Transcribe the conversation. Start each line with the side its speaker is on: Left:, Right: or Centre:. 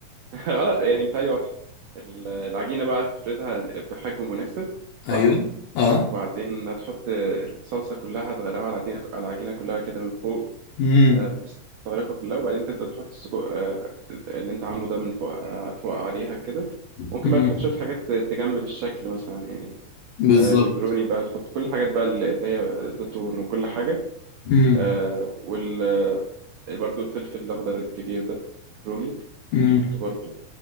Right: <laughs> غلط يعني بتهيألي واضحة ال- العجينة بقى تفردها بحجم مناسب
Left: ايوه
Right: صح
Left: اه
Right: وبعدين هتحط الصلصة كلها تغرقها على العجينة على العجينة كلها كده من فوق
Left: امم
Right: آه، بحيث تغرقها كلها وبعدين تبدأ تحط السجق آه، اللي انت عامله ده من فوق آه، فوق عليها كده
Left: مم.
Right: ممكن بقى تحط شوية حاجات تجمل الشكل مثلا يعني
Left: بالظبط
Right: آه، البيبروني بقى نحط كل الحاجات بقى اللي اللي هي زيتون وكل حاجة
Left: مم.
Right: آه، وال آه، برضو الفلفل الأخضر الكبير ده الرومي
Left: مم.
Right: تحطه برضو